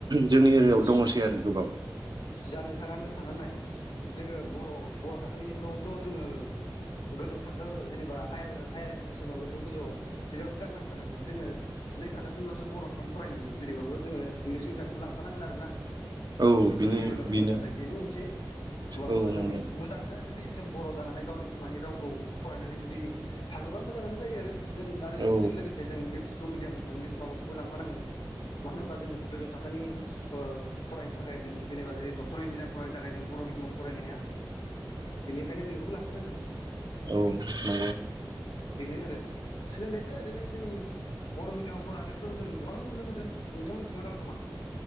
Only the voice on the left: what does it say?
उम
जा नोंथाङानो सानना नाय जोङो बर' बर' थाखोनिखौथ जोङो गोजौ थाखो जेनेबा हायार हायार इडुकेसनाव जोंथ गोजौआव जेरैबाबबो गारलांखानांगोन जोङो जिनै थाखोसिमलसो बर' नि फरायनो मोनगोन जेरैबाबो जोङो इंलिस मिडियामखौबो लांफानांगोन आरो ना
गोजौ लेभेलाव थांनो
थाखाय बेबो मोनसे ओमबाबो
जों मोजांनो जुदि जों बर' जानानै गावनि बिमानि रावखौ फरायनानै जुदि थाङोबा मोजाङानो जायो आरो जों आरो
बिजों लोगोसे जों इंलिस <unintelligible> मिडियाम बा इंलिस माबाखौबो लांफानांगोन। मानो होनबा जोंनो गोजौ थाखोनि बो फरायनो थाखाय जों जेनेबा जेरै डक्टर इन्जिनियार फरायनो थाखाय जों बर' मिडियामाव फरायनो हाया बेनिखायनो जों इखौबो लांफानांगोन।
बेनो आरो सोलोंथाइखोलाय ओरैनो जोंनि बर' मिडियामाव फरायनायाखौथ' जों गोबां नुनो मोनदों नोंथांमोननिथिंबो दं खोमा ।